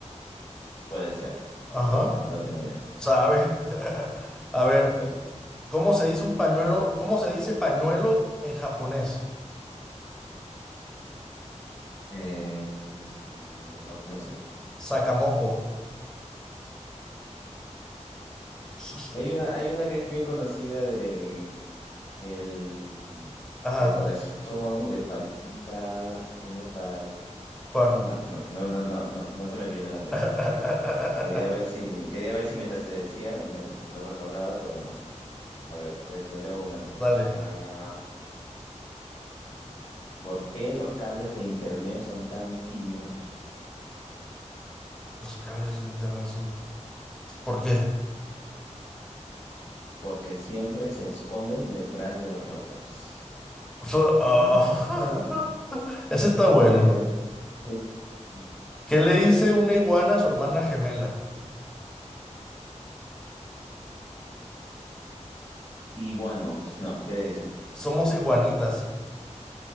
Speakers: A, on the left; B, in the centre.
A: Puede ser,
B: Ajá.
A: puede ser, no tengo idea.
B: Sabe. <laughs> A ver,
A: <laughs>
B: ¿cómo se dice un pañuelo? ¿Cómo se dice pañuelo en japonés?
A: Eh, no, no sé.
B: Sakamoko. Sus-
A: Hay una, hay una que es bien conocida de el,
B: Ajá.
A: del corazón, de palpita, uno para
B: ¿Cuál?
A: No, no, no, no, no, no, no se me viene a la mente,
B: <laughs>
A: así que quería ver si, quería ver si mientras te decía me l- lo recordaba, pero no, no. A ver, te, te leo una mejor.
B: Dale.
A: Ah, ¿por qué los cables de internet son tan tímidos?
B: Los cables de internet son... to- ¿Por qué?
A: Porque siempre se esconden detrás de los routers.
B: Su- Ah,
A: No,
B: <laughs>
A: no,
B: Ese
A: pues,
B: está
A: pues,
B: bueno.
A: sí. Bien.
B: ¿Qué le dice una iguana a su hermana gemela?
A: Iguano, no, ¿qué le dicen?
B: Somos iguanitas.